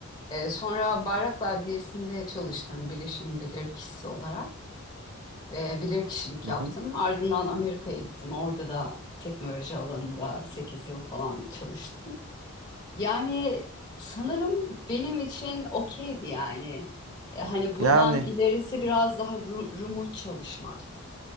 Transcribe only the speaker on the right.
hı
hı.
Yani